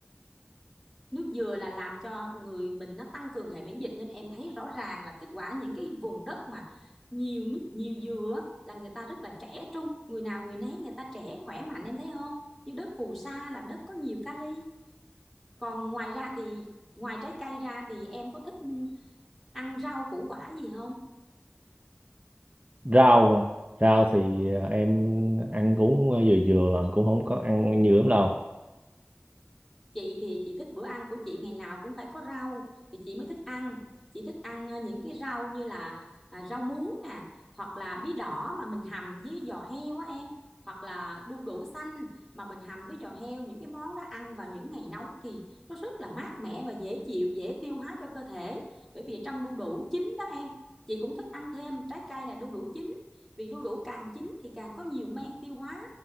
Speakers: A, in the centre; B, on the right.
A: Nước dừa là làm cho người mình nó tăng cường hệ miễn dịch nên em thấy rõ ràng là kết quả những cái vùng đất mà nhiều nước nhiều dừa á, là người ta rất là trẻ trung, người nào người nấy người ta trẻ khỏe mạnh em thấy không? Như đất phù sa là đất có nhiều kali. Còn ngoài ra thì ngoài trái cây ra thì em có thích ăn rau củ quả gì không?
B: rau à. rau thì ờ, em ăn cũng ờ, vừa vừa cũng không có ăn nhiều lắm đâu
A: chị thì chị thích bữa ăn của chị ngày nào cũng phải có rau thì chị mới thích ăn chị thích ăn ờ, những cái rau như là à, rau muống nè hoặc là bí đỏ mà mình hầm với giò heo á em hoặc là đu đủ xanh mà mình hầm với giò heo những cái món đó ăn vào những ngày nóng thì nó rất là mát mẻ và dễ chịu dễ tiêu hóa cho cơ thể bởi vì trong đu đủ chín đó em chị cũng thích ăn thêm trái cây là đu đủ chín vì đu đủ càng chín thì càng có nhiều men tiêu hóa